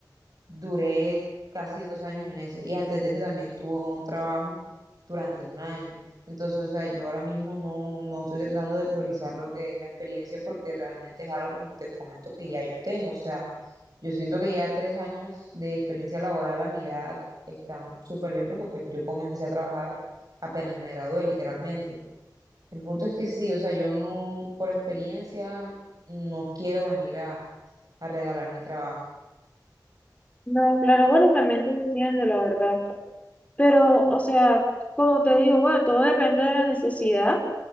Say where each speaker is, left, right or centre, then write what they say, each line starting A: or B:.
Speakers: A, on the right; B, on the left.
A: duré casi dos años en ese. Y antes de eso también tuve un trabajo durante un año. Entonces, o sea, yo ahora mismo no, no estoy tratando de priorizar lo que es la experiencia porque realmente es algo, como te comento, que ya yo tengo. O sea, yo siento que ya tres años de experiencia laboral a mi edad están súper bien porque pues yo comencé a trabajar apenas me gradué, literalmente. El punto es que sí, o sea, yo no, por experiencia, no quiero venir a, a regalar mi trabajo.
B: No, claro, bueno, también te entiendo, la verdad. Pero, o sea, como te digo, bueno, todo depende de la necesidad.